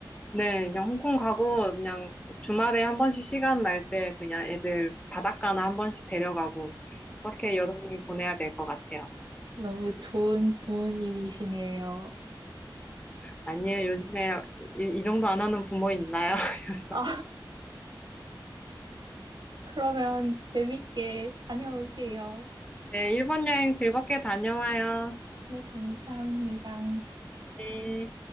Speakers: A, on the left; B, on the right.
A: 네, 그냥 홍콩 가고 그냥 주말에 한 번씩 시간 날 때 그냥 애들 바닷가나 한 번씩 데려가고 그렇게 여름을 보내야 될 것 같아요.
B: 너무 좋은 부모님이시네요.
A: 아니에요, 요즘에 이, 이 정도 안 하는 부모 있나요? <laughs>
B: 아, 그러면 재밌게 다녀오세요.
A: 네, 일본 여행 즐겁게 다녀와요.
B: 네, 감사합니다.
A: 네.